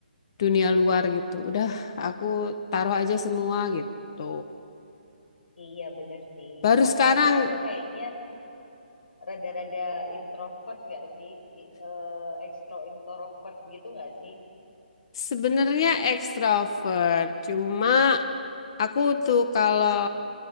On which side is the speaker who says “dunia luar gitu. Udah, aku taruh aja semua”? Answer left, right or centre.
Left